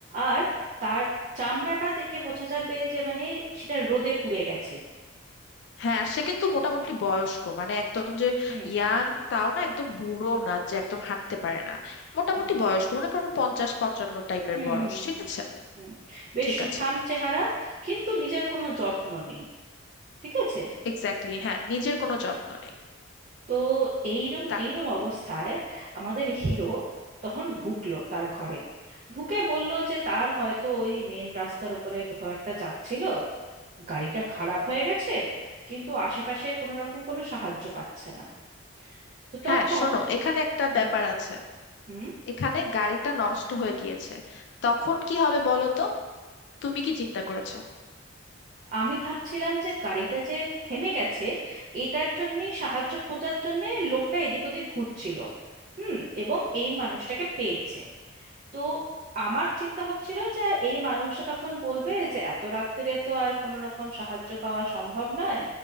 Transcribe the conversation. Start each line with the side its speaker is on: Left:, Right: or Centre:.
Right: আর তার চামড়াটা দেখে বোঝা যাবে যে মানে সেটা রোদে পুড়ে গেছে
Left: হ্যাঁ সে কিন্তু মোটামুটি বয়স্ক মানে একদম যে
Right: হুম
Left: ইয়াং তাও না একদম বুড়ো না যে একদম হাঁটতে পারে না মোটামুটি
Right: হুম।
Left: বয়স্ক মনে করো পঞ্চাশ পঞ্চান্ন টাইপের
Right: হুম
Left: বয়স
Right: হুম
Left: ঠিক আছে
Right: হুম বেশ
Left: ঠিক
Right: সুঠাম
Left: আছে
Right: চেহারা কিন্তু নিজের কোনো যত্ন নেই ঠিক আছে
Left: এক্স্যাক্টলি হ্যাঁ নিজের কোনো যত্ন নেই
Right: তো এইরম
Left: তা-
Right: এইরম অবস্থায় আমাদের হিরো তখন ঢুকলো তার ঘরে ঢুকে বলল যে তার হয়তো ওই মেন রাস্তার উপরে কোথাও একটা যাচ্ছিল গাড়িটা খারাপ হয়ে গেছে কিন্তু আশেপাশে কোনো রকম কোনো সাহায্য পাচ্ছে না তো তখন
Left: হ্যাঁ শোনো এখানে একটা
Right: হুম
Left: ব্যাপার আছে
Right: হুম
Left: এখানে গাড়িটা নষ্ট হয়ে গিয়েছে তখন কি হবে বলো তো তুমি কি চিন্তা করেছো
Right: আমি ভাবছিলাম যে গাড়িটা যে থেমে গেছে এটার জন্যই সাহায্য খোঁজার জন্য লোকটা এদিক ওদিক ঘুরছিল হুম এবং এই মানুষটাকে পেয়েছে তো আমার চিন্তা হচ্ছিল যে এই মানুষটা তখন বলবে যে এত রাত্রে তো আর কোনো রকম সাহায্য পাওয়া সম্ভব নয়